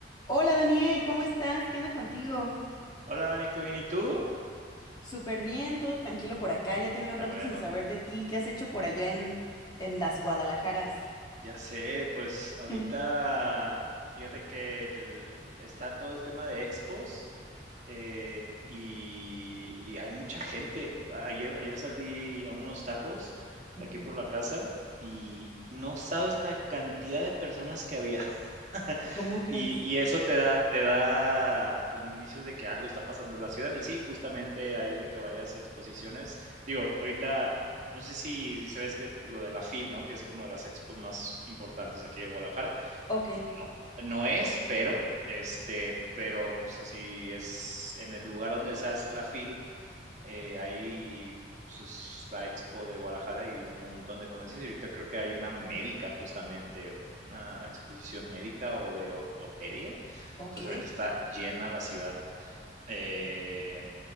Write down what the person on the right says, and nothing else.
Hola Dani, ¿te bien? ¿Y tú?
Qué
bueno.
Ya sé, pues ahorita
fíjate que el- está todo el tema de expos eh, y, y hay mucha gente. Ayer, ayer salí a unos tacos
aquí por la casa y no sabes la cantidad de personas que había. <laughs>
Y, y eso te da, te da como indicios de que algo está pasando en la ciudad. Y sí, justamente hay de que varias exposiciones, digo, ahorita, no sé si, si sabías que lo de la FIL, ¿no? Que es como de las expos más importantes aquí de Guadalajara.
No, no es, pero, este, pero pues así es en el lugar donde se hace la FIL eh, ahí pues, es la Expo de Guadalajara y un montón de convenciones. Y ahorita creo que hay una médica justamente, una exposición médica o de ortopedia.
Entonces ahorita está llena la ciudad. Eh,